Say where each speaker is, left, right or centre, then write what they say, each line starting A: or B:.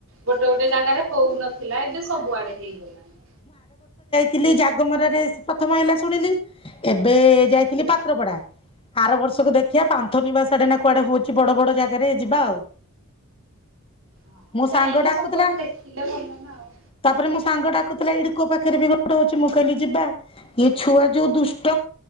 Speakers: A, on the right; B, on the left.
A: ଗୋଟେ ଗୋଟେ ଜାଗାରେ ହଉ ଥିଲା ଏବେ ସବୁଆଡେ ହେଇଗଲାଣି।
B: ଥିଲି ଜାଗମରାରେ ପ୍ରଥମ ହେଲା ଶୁଣିଲି ଏବେ ଯାଇଥିଲି ପାତ୍ରପଡା ଆର ବର୍ଷକୁ ଦେଖିବା ପାନ୍ଥ ନିବାସ ଆଡେ ନା କୁଆଡେ ହଉଛି ବଡ ବଡ ଜାଗାରେ ଯିବା ଆଉ।
A: ହଁ
B: ମୋ ସାଙ୍ଗ
A: ଯାଇକି
B: ଡାକୁଥିଲା
A: ସବୁଆଡେ ଦେଖିଲେ ଭଲ ନା। ଆଉ
B: ତାପରେ ମୋ ସାଙ୍ଗ ଟା କୁଥିଲେ ଏ କୋଉ ପାଖରେ ବି ଗୋଡ ହଉଛି ମୁଁ କହିଲି ଯିବା ଏଇ ଛୁଆ ଯୋଉ ଦୁଷ୍ଟ